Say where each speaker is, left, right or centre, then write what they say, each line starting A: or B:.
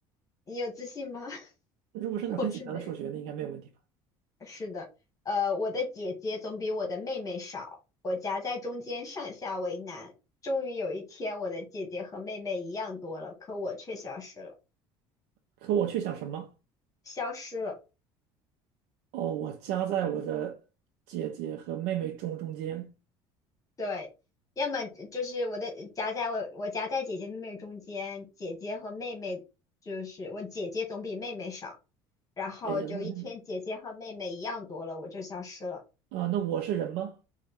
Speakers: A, on the left; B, on the right.
A: 你有自信吗？<laughs>
B: 如果是那种很简单的数学，
A: 我是没有。
B: 那应该没有问题吧？
A: 是的，呃，我的姐姐总比我的妹妹少，我夹在中间，上下为难。终于有一天，我的姐姐和妹妹一样多了，可我却消失了，
B: 可我却想什么？
A: 消失了。
B: 哦，我夹在我的姐姐和妹妹中中间，
A: 对，要么就是我的夹在我我夹在姐姐妹妹中间，姐姐和妹妹就是我姐姐总比妹妹少，然后就一天姐姐和妹妹一样多了，
B: 姐姐和妹妹
A: 我就消失了。
B: 啊，那我是人吗？